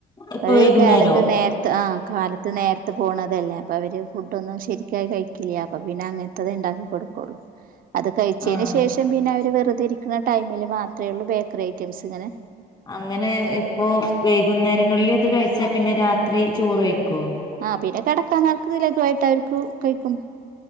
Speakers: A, on the left; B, on the right.
A: ഇപ്പൊ
B: ഒരു
A: വൈകുന്നേരോ
B: കാലേത്ത് നേർത് ആഹ കാലത്ത് നേർ ത്തു പോണതല്ലേ അപ്പൊ അവര് ഫുഡന്നും ശെരിക്കായി കഴിക്കില്ല അപ്പൊ പിന്നെ അങ്ങനത്തത് ഇണ്ടാക്കി കൊടുക്കൊളൂ അത് കഴിച്ചന്ശേഷം
A: ആഹ്
B: പിന്നെ അവര് വെറുതെ ഇരിക്കുനടൈമില് മാത്രേള്ളൂ ബേക്കറി ഐറ്റംസ് ഇങ്ങനെ
A: അങ്ങനെ ഇപ്പൊ വൈകുന്നേരങ്ങളിൽ ഇത് കഴിച്ചാ പിന്നെ രാത്രി ചോറ്വയ്ക്കോ
B: ആഹ പിന്നെ കിടക്കാനേർത്ത് ലഖുവായിട്ട് അവർക്ക് കഴിക്കും